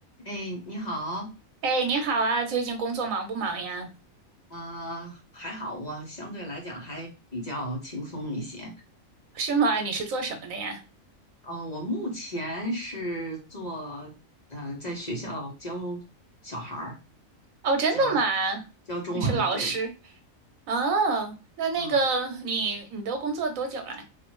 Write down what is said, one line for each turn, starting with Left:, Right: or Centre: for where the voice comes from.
Left: 哎，你好，
Right: 哎，你好啊，最近工作忙不忙呀？
Left: 呃，还好，我相对来讲还比较轻松一些。
Right: 是吗？你是做什么的呀？
Left: 呃，我目前是做，嗯，在学校教小孩儿，
Right: 哦，真的吗？
Left: 教教中文，
Right: 你是老师？
Left: 对，
Right: 哦，那那个你你都工作多久了？
Left: 嗯，